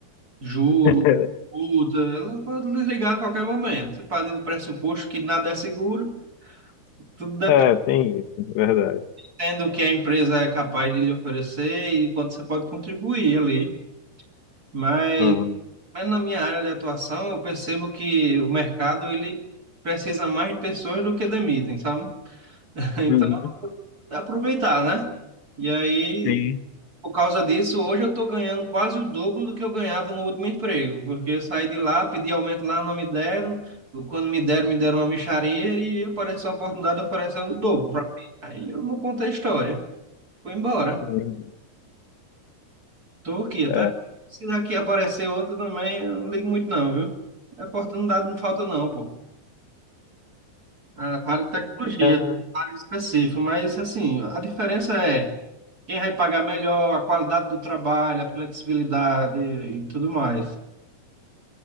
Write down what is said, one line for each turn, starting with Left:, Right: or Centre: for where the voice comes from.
Right: juro,
Left: <laughs>
Right: multa, ela pode desligar a qualquer momento. Você parte do pressuposto que nada é seguro, tudo
Left: É, tem isso, verdade.
Right: dependendo do que a empresa é capaz de lhe oferecer e quanto você pode contribuir ali. Mas
Left: Aham.
Right: Mas na minha área de atuação, eu percebo que o mercado ele precisa mais de pessoas do que demitem, sabe? <laughs> Então,
Left: Uhum.
Right: é aproveitar, né? E aí,
Left: Sim.
Right: por causa disso, hoje eu estou ganhando quase o dobro do que eu ganhava no último emprego, porque eu saí de lá, pedi aumento lá, não me deram. Quando me deram, me deram uma mixaria e apareceu a oportunidade oferecendo o dobro para mim. Aí eu não contei a história. Fui embora.
Left: Sim.
Right: Estou aqui até.
Left: É.
Right: Se daqui aparecer outra também, eu não ligo muito não, viu? Oportunidade não falta não, pô. Ah, para tecnologia,
Left: É,
Right: para específico, mas assim, a diferença é quem vai pagar melhor, a qualidade do trabalho, a flexibilidade e tudo mais.